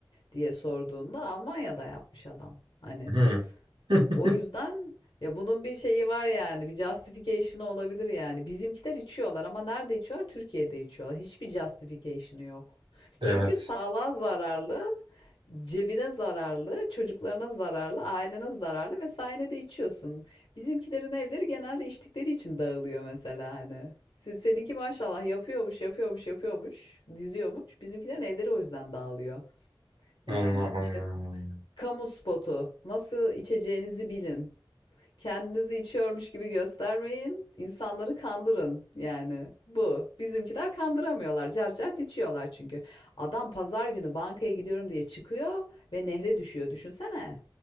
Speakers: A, on the left (about 75°); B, on the right (about 75°).
A: diye sorduğunda Almanya'da yapmış adam. Hani
B: Hı. <laughs>
A: O yüzden ya bunun bir şeyi var yani bir justification'ı olabilir yani. Bizimkiler içiyorlar ama nerede içiyorlar? Türkiye'de içiyorlar. Hiçbir justification'ı yok.
B: Evet.
A: Çünkü sağlığa zararlı, cebine zararlı, çocuklarına zararlı, ailene zararlı ve sen de içiyorsun. Bizimkilerin evleri genelde içtikleri için dağılıyor mesela hani. Se- Seninki maşallah yapıyormuş, yapıyormuş, yapıyormuş, diziyormuş. Bizimkilerin evleri o yüzden dağılıyor. Yani
B: Allah Allah.
A: işte kamu spotu, nasıl içeceğinizi bilin. Kendinizi içiyormuş gibi göstermeyin. İnsanları kandırın yani. Bu. Bizimkiler kandıramıyorlar. Cart cart içiyorlar çünkü. Adam pazar günü bankaya gidiyorum diye çıkıyor ve nehre düşüyor düşünsene